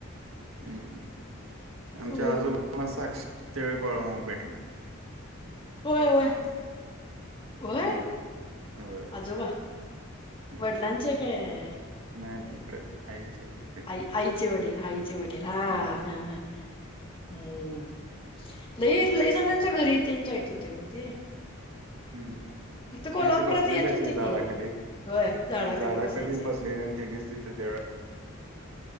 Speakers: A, on the right (about 75°); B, on the left (about 25°).
A: हम्म आमच्या
B: व
A: आजोबांना साक्षात बाळूमामा भेटलेत.
B: होय होय. होय
A: पूर्वी होय
B: आजोबा
A: होय.
B: वडलांचे काय?
A: नाही नाही इकड आईचे वडील.
B: आई आईचे वडील आईचे वडील हा
A: हम्म
B: हा हा हम्म. लई लईजनांच्या घरी तेन जाईत होते ओ ते.
A: हम्म
B: इथं कोल्हापुरात
A: आणि ते बसलेले
B: येत
A: असे
B: होते
A: झाडा
B: की
A: खाली
B: होय झाडाखाली
A: ते झाडा
B: बसायचे
A: खाली बसले तेन्हीच तिथि त्या वेळेला